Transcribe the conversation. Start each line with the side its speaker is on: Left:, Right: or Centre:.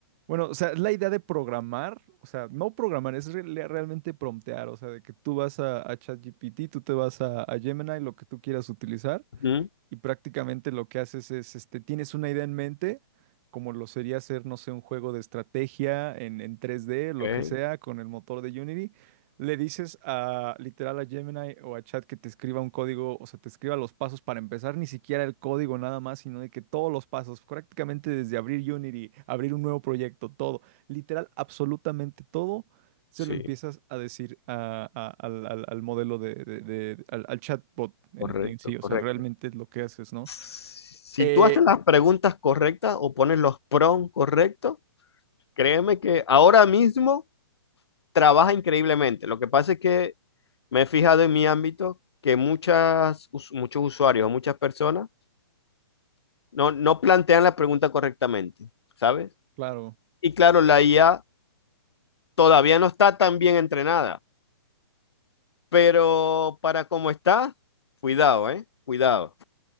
Right: bueno, o sea, es la idea de programar, o sea, no programar, es re- le- realmente promptear, o sea, de que tú vas a, a ChatGPT, tú te vas a, a Gemini, lo que tú quieras utilizar.
Left: Ujú.
Right: Y prácticamente lo que haces es, este, tienes una idea en mente, como lo sería hacer, no sé, un juego de estrategia en, en tres d lo
Left: Ok,
Right: que sea, con el motor de Unity. Le dices a literal a Gemini o a Chat que te escriba un código, o sea, te escriba los pasos para empezar, ni siquiera el código nada más, sino de que todos los pasos, prácticamente desde abrir Unity, abrir un nuevo proyecto, todo, literal, absolutamente todo se
Left: Sí,
Right: lo empiezas a decir a- a- al, al- al modelo de, de- de- al, al chatbot en,
Left: correcto,
Right: en sí, o
Left: correcto.
Right: sea, realmente es lo que haces, ¿no?
Left: Si
Right: Eh,
Left: tú haces las preguntas correctas o pones los prompts correctos, Créeme que ahora mismo trabaja increíblemente. Lo que pasa es que me he fijado en mi ámbito que muchas, us- muchos usuarios o muchas personas no, no plantean la pregunta correctamente, ¿sabes?
Right: claro,
Left: Y claro, la IA todavía no está tan bien entrenada, pero para cómo está, cuidado, ¿eh? Cuidado.